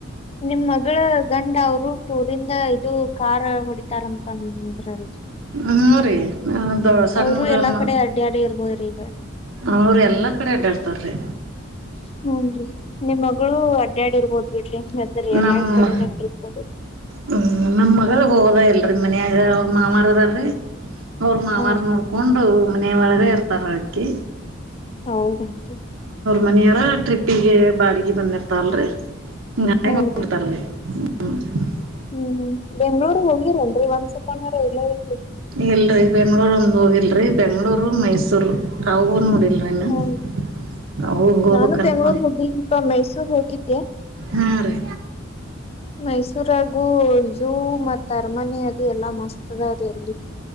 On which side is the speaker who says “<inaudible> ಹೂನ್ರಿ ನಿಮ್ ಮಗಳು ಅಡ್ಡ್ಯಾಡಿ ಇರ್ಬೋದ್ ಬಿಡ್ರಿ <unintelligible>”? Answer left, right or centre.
Left